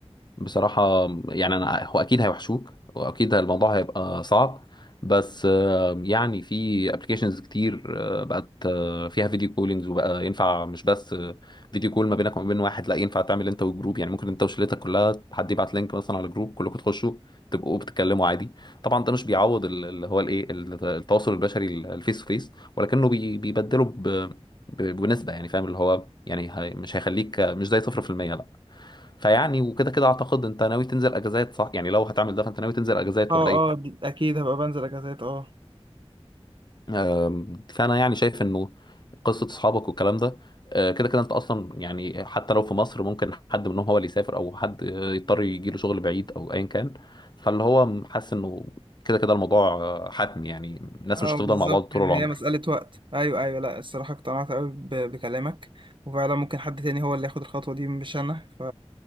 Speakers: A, on the left; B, on the right.
A: بصراحة يعني أنا هو أكيد هيوحشوك وأكيد الموضوع هيبقى صعب بس آه، يعني في ابلكيشنز كتير آه، بقت آه، فيها فيديو كولينجز وبقى ينفع مش بس آه، فيديو كول ما بينك وما بين واحد لا ينفع تعمل انت والجروب يعني ممكن انت وشلتك كلها حد يبعت لينك مثلا على جروب كلكم تخشوا تبقوا بتتكلموا عادي طبعا ده مش بيعوض ال- اللي هو الايه ال- التواصل البشري ال- الفيس تو فيس ولكنه بي- بيبدله ب- ب- بنسبة يعني فاهم اللي هو يعني هي- مش هيخليك آه، مش زي 0% لا فيعني وكده كده اعتقد انت ناوي تنزل اجازات صح يعني لو هتعمل ده فانت ناوي تنزل اجازات
B: اه
A: ولا ايه
B: اه دي- اكيد هبقى بنزل اجازات اه
A: آم، فانا يعني شايف انه قصه اصحابك والكلام ده آه، كده كده انت اصلا يعني حتى لو في مصر ممكن حد منهم هو اللي يسافر او حد آه، يضطر يجي له شغل بعيد او ايا كان فاللي هو حاسس انه كده كده الموضوع آه، حتمي يعني الناس
B: اه
A: مش
B: بالظبط
A: هتفضل مع بعض طول
B: يعني
A: العمر
B: هي مسألة وقت أيوه أيوه لأ الصراحة اقتنعت قوي ب- بكلامك وفعلا ممكن حد تاني هو اللي ياخد الخطوة دي مش أنا ف